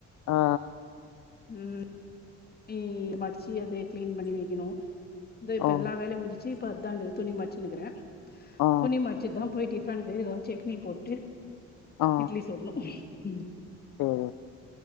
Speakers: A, on the left; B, on the left.
A: ஆ
B: உம் துணீ மடிச்சு அதே கிளீன் பண்ணி வைக்கணும் த இப்பெல்லா
A: ஓ
B: வேல முஞ்சிச்சு இப்ப அதாங்க துணி மச்சினுக்குறே
A: ஆ
B: துணி மச்சி தா போய்ட்டு பனஞ்சு ஏதோ செட்னி போட்டு
A: ஆ
B: இட்லி சுடணும் உம்
A: சேரி